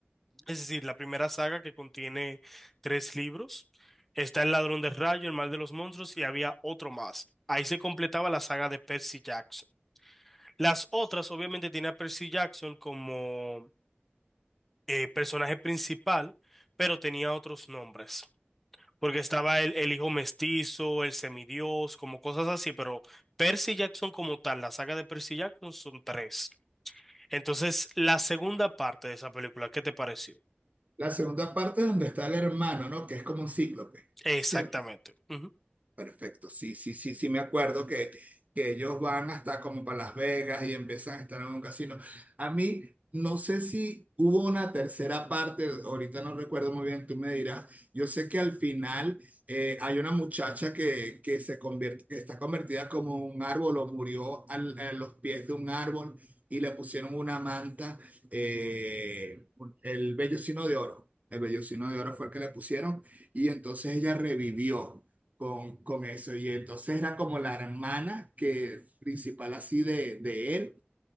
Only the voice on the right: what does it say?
La segunda parte es donde está el hermano, ¿no? Que es como un cíclope,
¿cierto?
Perfecto, sí, sí, sí, sí, me acuerdo que, que ellos van hasta como para Las Vegas y empiezan a estar en un casino. A mí, no sé si hubo una tercera parte, ahorita no recuerdo muy bien, tú me dirás. Yo sé que al final eh, hay una muchacha que, que se convierte, que está convertida como un árbol o murió al- a los pies de un árbol y le pusieron una manta, eh, el vellocino de oro. El vellocino de oro fue el que le pusieron y entonces ella revivió con, con eso. Y entonces era como la hermana que principal así de, de él,